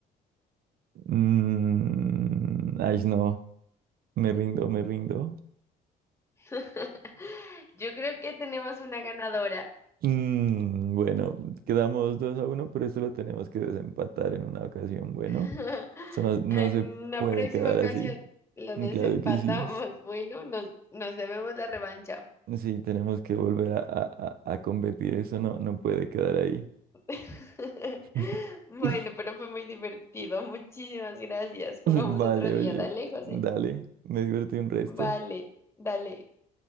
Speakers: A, on the right; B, on the left.
A: Mm, ay, no. Me rindo, me rindo.
B: <laughs> Yo creo que tenemos una ganadora.
A: Mm, bueno, quedamos dos a uno pero esto lo tenemos que desempatar en una ocasión. Bueno,
B: <laughs>
A: esto no, no
B: En
A: se
B: la
A: puede
B: próxima
A: quedar
B: ocasión
A: así.
B: lo
A: Mm,
B: desempatamos.
A: Claro que sí.
B: Bueno, nos, nos debemos la revancha.
A: Sí, tenemos que volver a, a- a- a competir. Eso no, no puede quedar ahí.
B: <laughs>
A: <laughs>
B: Bueno, pero fue muy divertido. Muchísimas gracias.
A: <laughs>
B: Jugamos
A: Vale,
B: otro día.
A: oye,
B: Dale, José.
A: dale, me divertí un resto.
B: Vale, dale.